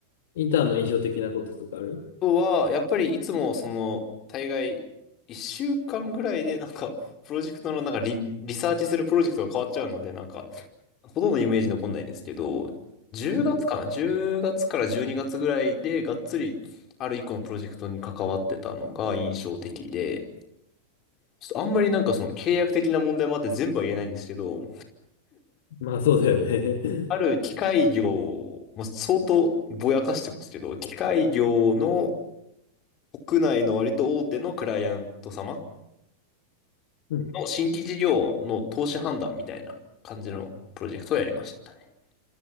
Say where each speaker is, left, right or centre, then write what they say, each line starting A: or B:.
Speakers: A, on the left (about 55°); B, on the left (about 35°).
A: インターンの印象的なこととかある
B: あとは、やっぱりいつもその、大概、一週間ぐらいでなんか、プロジェクトのなんかリ、リサーチするプロジェクトが変わっちゃうので、なんか、ほとんどイメージ残んないですけど、10月かな
A: うん
B: ?10 月から12月ぐらいでがっつりある一個のプロジェクトに関わってたのが印象的で、ちょっとあんまりなんかその契約的な問題もあって全部は言えないんですけど、
A: まあそうだよね。
B: ある機械業、
A: <laughs>
B: もう相当ぼやかしてますけど、機械業の国内の割と大手のクライアント様
A: うん。
B: の新規事業の投資判断みたいな感じのプロジェクトをやりましたね。